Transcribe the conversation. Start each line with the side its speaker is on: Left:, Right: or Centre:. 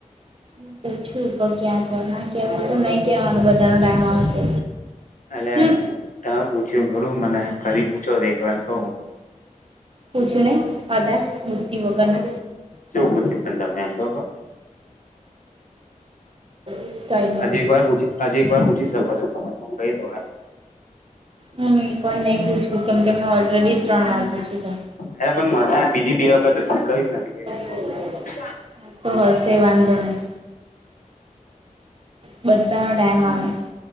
Right: હ પૂછું ક ક્યાં છો ના કેવું તું નહી કેવાનું બધા ન ટાઈમ આવશે.
Left: હલે
Right: હમ
Left: તમે પૂછ્યું ઘરું મને કાલી પૂછો દેખવાર ક
Right: પૂજને પદ ઉતઓગના
Left: જો પૂછી પણ તમે એમ તો
Right: નહી.
Left: હજ એક વાર પૂછી હજે એક વાર પૂછી શકો છો તમા હ કઈ દ
Right: હ એક વાર નહી પૂછું કેમ કે ઓલરેડી ત્રણ વાર પૂછ્યું છે.
Left: અરે પણ મને બીજી બે વખત સાંભળાવી જ નથી. કઉ
Right: હ
Left: છું હું
Right: તો હશે વાંધો નહી. બધાનો ટાઈમ આવે.